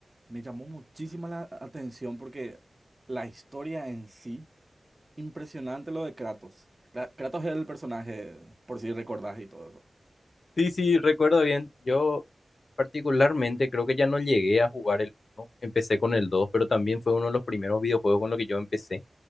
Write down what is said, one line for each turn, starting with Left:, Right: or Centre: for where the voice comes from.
Right: Me llamó muchísima la atención porque la historia en sí, impresionante lo de Kratos. Cra- Kratos es el personaje, por si recordás y todo eso.
Left: Sí, sí, recuerdo bien. Yo particularmente creo que ya no llegué a jugar el uno. Empecé con el 2, pero también fue uno de los primeros videojuegos con los que yo empecé.